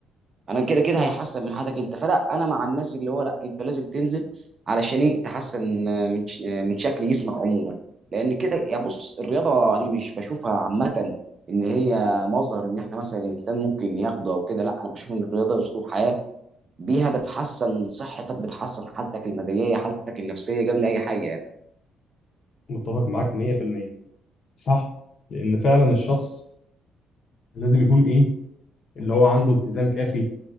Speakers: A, on the right; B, on the left.
A: انا كده كده هيحسن من حياتك انت فلا انا مع الناس اللي هو لا انت لازم تنزل علشان ايه تحسن من ش- من شكل جسمك عموما لان كده يا بص الرياضه انا مش بشوفها عامه ان هي مظهر ان احنا مثلا الانسان ممكن ياخده او كده لا انا بشوف ان الرياضه اسلوب حياه بيها بتحسن صحتك بتحسن حالتك المزاجيه حالتك النفسيه قبل اي حاجه يعني
B: متفق معاك 100% صح لان فعلا الشخص لازم يكون إيه؟ اللي هو عنده التزام كافي